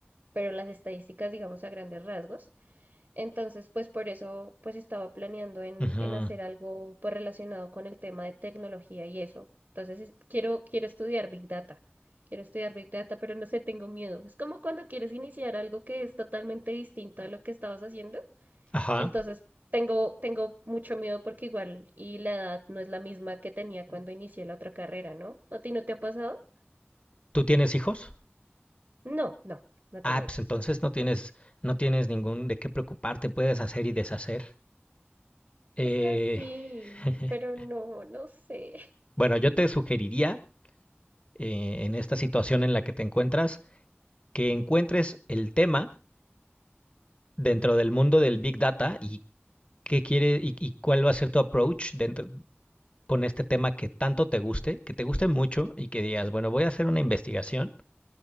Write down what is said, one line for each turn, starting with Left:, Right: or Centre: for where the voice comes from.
Right: pero las estadísticas digamos a grandes rasgos. Entonces pues por eso pues estaba planeando en,
Left: Ujú.
Right: en hacer algo pues relacionado con el tema de tecnología y eso. Entonces es- quiero, quiero estudiar Big Data. Quiero estudiar Big Data, pero no sé, tengo miedo. Es como cuando quieres iniciar algo que es totalmente distinto a lo que estabas haciendo.
Left: Ajá.
Right: Entonces, tengo, tengo mucho miedo porque igual y la edad no es la misma que tenía cuando inicié la otra carrera, ¿no? ¿A ti no te ha pasado?
Left: ¿Tú tienes hijos?
Right: No, no, no
Left: Ah,
Right: tengo
Left: pues
Right: hijos.
Left: entonces no tienes, no tienes ningún de qué preocuparte, puedes hacer y deshacer. Eh,
Right: O sea, sí,
Left: <laughs>
Right: pero no, no sé. <laughs>
Left: bueno, yo te sugeriría, eh, en esta situación en la que te encuentras, que encuentres el tema dentro del mundo del Big Data y qué quiere y, y cuál va a ser tu approach dentro, con este tema que tanto te guste, que te guste mucho y que digas, bueno, voy a hacer una investigación